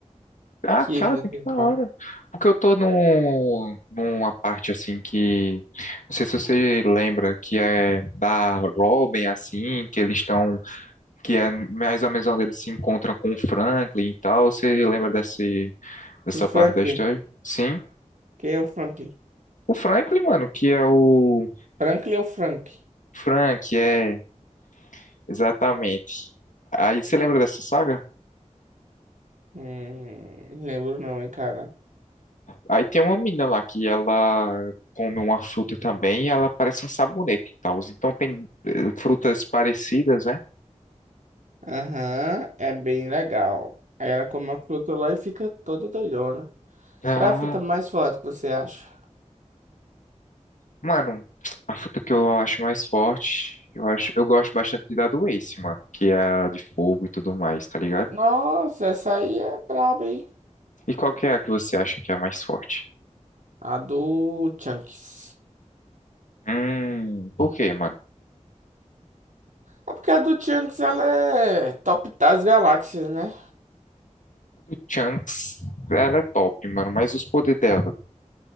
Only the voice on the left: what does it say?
Ah,
cara,
que
da hora. Porque eu tô num, numa parte assim que. Não sei se você lembra, que é da Robin, assim, que eles estão. Que é mais ou menos onde eles se encontram com o Franklin e tal. Você lembra desse, dessa
parte
da história? Sim.
O Franklin, mano, que é o.
Frank, é. Exatamente. Aí você lembra dessa saga?
Aí tem uma menina lá que ela come uma fruta também e ela parece um sabonete e tal. Então tem eh, frutas parecidas, né?
Ah,
mano, a fruta que eu acho mais forte, eu acho, eu gosto bastante da do Ace, mano, que é a de fogo e tudo mais, tá ligado?
E qual que é a que você acha que é a mais forte?
Hum, por quê, mano?
A do Chunks, ela é top, mano, mas os poderes dela,